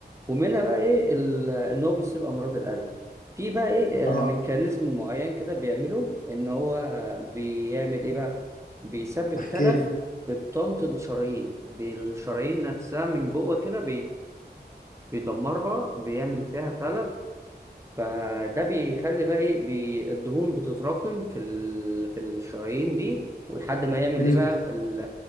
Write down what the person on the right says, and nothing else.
ومنها بقى إيه ال- إن هو بيصيب أمراض القلب في بقى إيه
آه، ميكانيزم معين كده بيعمله إن هو بيعمل إيه بقى بيسبب
تلف
في بطانة الشرايين بالشرايين نفسها من جوه كده بيدمرها بيعمل فيها تلف فده بيخلي بقى ايه بي- الدهون بتتراكم في ال... في الشرايين دي ولحد ما يعمل
ايه بقى ال...